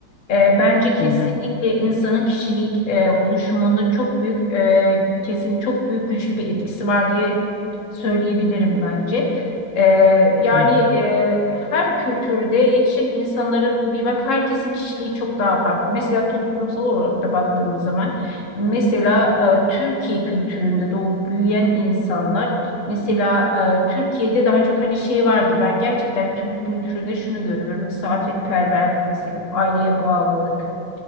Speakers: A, on the left; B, on the left.
A: E, bence kesinlikle
B: Hı hı.
A: insanın kişilik e, oluşumunda çok büyük e, kesin çok büyük güçlü bir etkisi var diye söyleyebilirim bence. E, yani
B: Hı hı.
A: e, her kültürde yetişen insanların bir bak herkesin kişiliği çok daha farklı. Mesela toplumsal olarak da baktığımız zaman mesela e, Türkiye kültüründe doğup büyüyen insanlar Mesela e, Türkiye'de daha çok hani şey vardır. Ben gerçekten Türk kültüründe şunu görüyorum. Misafirperverlik mesela aileye bağlılık.